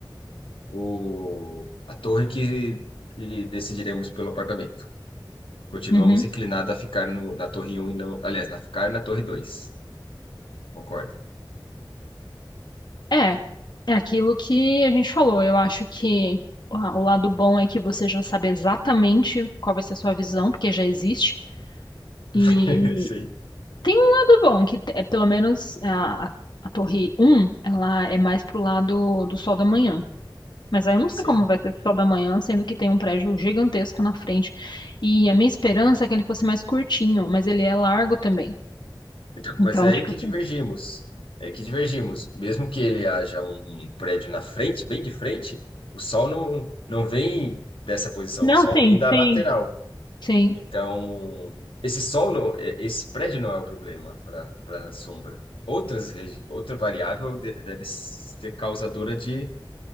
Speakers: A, on the left (about 90°); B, on the left (about 60°).
A: o, a torre que, que decidiremos pelo apartamento. Continuamos
B: uhum.
A: inclinados a ficar no, na torre um e não. Aliás, a ficar na torre dois Concorda?
B: É, é aquilo que a gente falou. Eu acho que a- o lado bom é que você já sabe exatamente qual vai ser a sua visão, porque já existe.
A: <laughs>
B: E
A: Sim.
B: tem um lado bom, que é pelo menos a, a, a Torre um ela é mais pro lado do sol da manhã. Mas aí eu não
A: Sim.
B: sei como vai ser o sol da manhã, sendo que tem um prédio gigantesco na frente. E a minha esperança é que ele fosse mais curtinho, mas ele é largo também.
A: Então, mas
B: Então,
A: é aí
B: tipo,
A: que
B: assim,
A: divergimos. É aí que divergimos. Mesmo que ele haja um prédio na frente, bem de frente, o sol não, não vem dessa posição,
B: Não,
A: o sol
B: sim,
A: vem da
B: sim,
A: lateral.
B: Sim.
A: Então, esse sol não, e- esse prédio não é o problema para para sombra. Outras regi- outra variável de- deve ser causadora de,